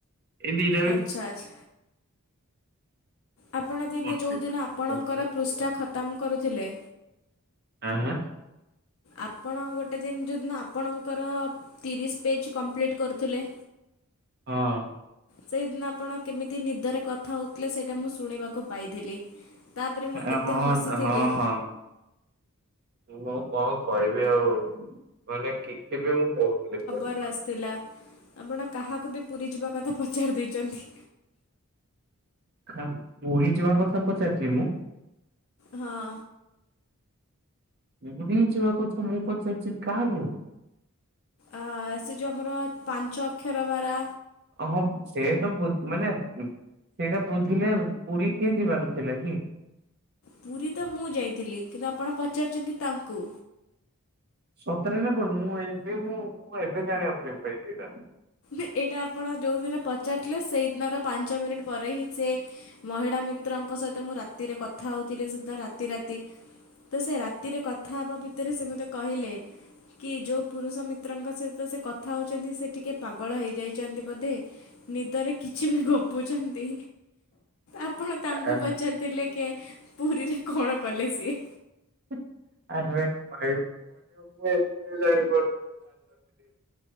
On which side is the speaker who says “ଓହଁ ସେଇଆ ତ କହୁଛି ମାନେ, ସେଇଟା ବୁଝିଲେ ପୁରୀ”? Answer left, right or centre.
Right